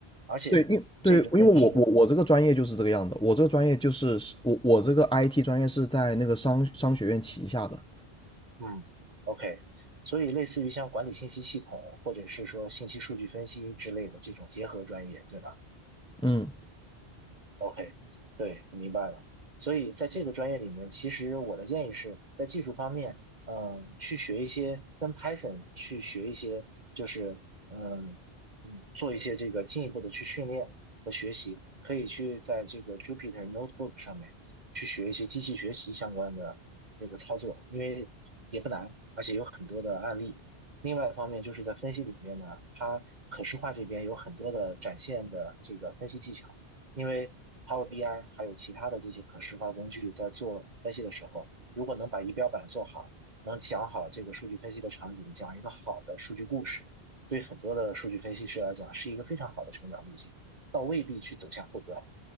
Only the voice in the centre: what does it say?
对，因对，因为我我我这个专业就是这个样的，我这个专业就是我我这个 IT 专业是在那个商商学院旗下的，
嗯，